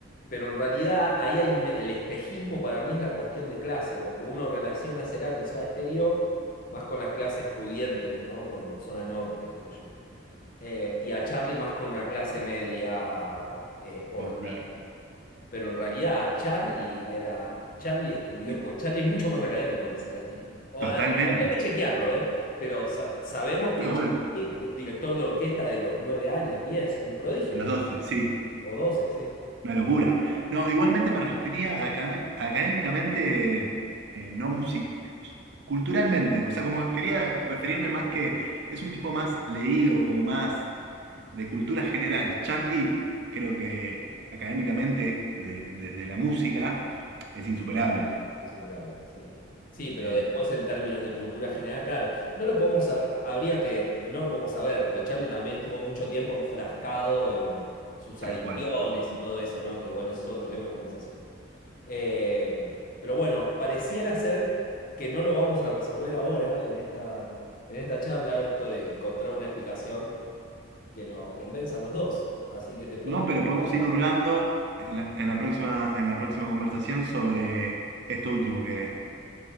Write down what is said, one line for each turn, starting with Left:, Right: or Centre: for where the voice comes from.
Left: pero en realidad ahí hay un, el espejismo para mí es la cuestión de clase, porque uno relaciona a Cerati y Soda Stereo más con las clases pudientes, ¿no? Con zona norte, qué sé yo. Eh, y a Charlie más con una clase media, por
Right: popular.
Left: pero en realidad a Charlie era. Charlie estudió.
Right: Y
Left: <laughs> Charlie es mucho más académico que Cerati. O,
Right: Totalmente.
Left: a- hay que chequearlo, ¿eh? Pero sa- sabemos que
Right: No,
Left: Charlie,
Right: bueno,
Left: director de orquesta de los nueve años, 10, un prodigio.
Right: de los 12, sí,
Left: O 12 sí.
Right: una locura. No, igualmente me refería a academ- académicamente, eh, no music culturalmente, o sea, como quería referirme más que es un tipo más leído, como más de cultura general. Charlie, creo que académicamente, de- desde la música,
Left: Sí,
Right: es insuperable,
Left: insuperable, sí. Sí, pero
Right: eh,
Left: después en términos de cultura general, claro, no lo podemos sab- habría que, no lo podemos saber, porque Charlie también estuvo mucho tiempo enfrascado en sus
Right: tal
Left: adicciones
Right: cual.
Left: y todo eso, ¿no? Que bueno, ese es otro tema de conversación. Eh, pero bueno, pareciera ser que no lo vamos a resolver ahora en esta, en esta charla, esto de encontrar una explicación que nos convenza a los dos. Así que te propongo
Right: No, pero podemos
Left: que la-
Right: ir hurgando en la, en la próxima, en la próxima conversación sobre esto último que,